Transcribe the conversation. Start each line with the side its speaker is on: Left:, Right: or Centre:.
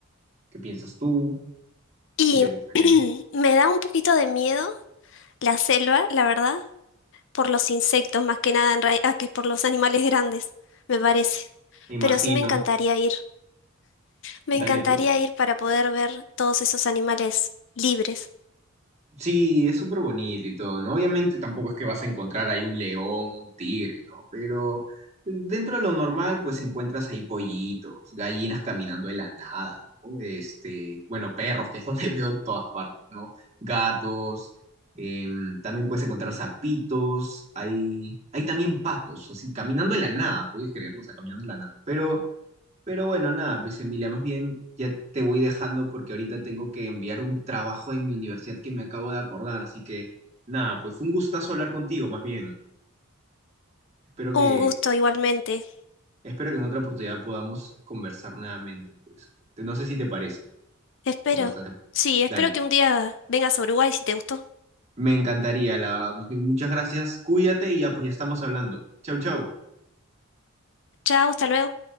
Right: ¿Qué piensas tú?
Left: Y
Right: Si te gustaría.
Left: <clears throat> me da un poquito de miedo la selva, la verdad, por los insectos más que nada en rea- ah, que por los animales grandes, me parece.
Right: Me imagino.
Left: Pero sí me encantaría ir. Me
Right: Dale,
Left: encantaría
Right: pues.
Left: ir para poder ver todos esos animales libres.
Right: Sí, es súper bonito y todo, ¿no? Obviamente tampoco es que vas a encontrar ahí un león, un tigre, ¿no? Pero dentro de lo normal, pues encuentras ahí pollitos, gallinas caminando de la nada, ¿no? Este, bueno, perros, que es donde <laughs> veo en todas partes, ¿no? Gatos, em, también puedes encontrar sapitos, hay, hay también patos, así, caminando de la nada, puedes creerlo, o sea, caminando de la nada. Pero pero bueno, nada, pues Emilia, más bien ya te voy dejando porque ahorita tengo que enviar un trabajo en mi universidad que me acabo de acordar, así que nada, pues fue un gustazo hablar contigo, más bien. Espero que,
Left: Un gusto igualmente.
Right: espero que en otra oportunidad podamos conversar nuevamente, pues. Te- No sé si te parece
Left: Espero.
Right: o estás de acuerdo.
Left: Sí, espero
Right: Dale,
Left: que un día vengas a Uruguay si te gustó.
Right: me encantaría, la verdad. Más bien, muchas gracias, cuídate y ya, pues ya estamos hablando. Chau, chau.
Left: Chao, hasta luego.